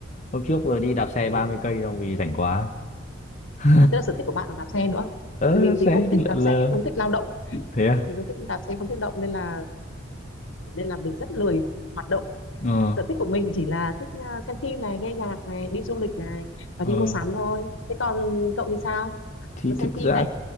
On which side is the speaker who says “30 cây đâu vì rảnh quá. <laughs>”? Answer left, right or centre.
Left